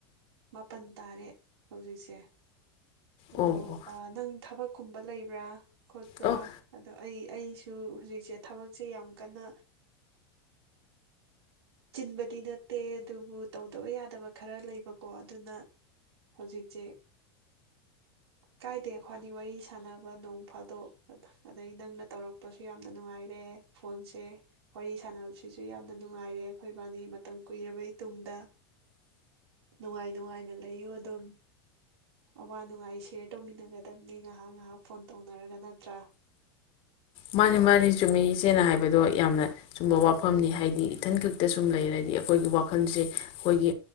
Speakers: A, on the right; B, on the left.
A: ꯃꯥꯄꯜ ꯇꯥꯔꯦ ꯍꯧꯖꯤꯛꯁꯦ ꯑꯗꯣ
B: ꯑꯣ ꯑꯣ
A: ꯅꯪ ꯊꯕꯛ ꯀꯨꯝꯕ ꯂꯩꯕ꯭ꯔꯥ ꯈꯣꯠꯄ꯭ꯔꯥ
B: ꯑꯣ
A: ꯑꯗꯣ ꯑꯩ ꯑꯩꯁꯨ ꯍꯧꯖꯤꯛꯁꯦ ꯊꯕꯛꯁꯦ ꯌꯥꯝ ꯀꯟꯅ ꯆꯤꯟꯕꯗꯤ ꯅꯠꯇꯦ ꯑꯗꯨꯕꯨ ꯇꯧꯗꯕ ꯌꯥꯗꯕ ꯈꯔ ꯂꯩꯕꯀꯣ ꯑꯗꯨꯅ ꯍꯧꯖꯤꯛꯁꯦ ꯀꯥꯏꯗꯦ ꯈ꯭ꯅꯤ ꯋꯥꯔꯤ ꯁꯥꯟꯅꯕ ꯅꯣꯡ ꯐꯥꯗꯣꯛ ꯑꯗꯩ ꯅꯪꯅ ꯇꯧꯔꯛꯄꯁꯨ ꯌꯥꯝꯅ ꯅꯨꯡꯉꯥꯏꯔꯦ ꯐꯣꯟꯁꯦ ꯋꯥꯔꯤ ꯁꯥꯟꯅꯕꯁꯤꯁꯨ ꯌꯥꯝꯅ ꯅꯨꯡꯉꯥꯏꯔꯦ ꯑꯩꯈꯣꯏ ꯏꯕꯥꯅꯤ ꯃꯇꯝ ꯀꯨꯏꯔꯕꯩ ꯇꯨꯡꯗ ꯅꯨꯡꯉꯥꯏ ꯅꯨꯡꯉꯥꯏꯅ ꯂꯩꯌꯨ ꯑꯗꯨꯝ ꯑꯋꯥ ꯅꯨꯡꯉꯥꯏꯁꯦ ꯁꯤꯌꯔ ꯇꯧꯃꯤꯟꯅꯒꯗꯕꯅꯤ ꯉꯥꯏꯍꯥꯛ ꯉꯥꯏꯍꯥꯛ ꯐꯣꯟ ꯇꯧꯅꯔꯒ ꯅꯠꯇ꯭ꯔꯥ
B: ꯃꯥꯅꯤ ꯃꯥꯅꯤ ꯆꯨꯝꯃꯤ ꯏꯆꯦꯅ ꯍꯥꯏꯕꯗꯣ ꯌꯥꯝꯅ ꯆꯨꯝꯕ ꯋꯥꯐꯝꯅꯤ ꯍꯥꯏꯗꯤ ꯏꯊꯟ ꯈꯛꯇ ꯁꯨꯝ ꯂꯩꯔꯗꯤ ꯑꯩꯈꯣꯏꯒꯤ ꯋꯥꯈꯜꯁꯦ ꯑꯩꯈꯣꯏꯒꯤ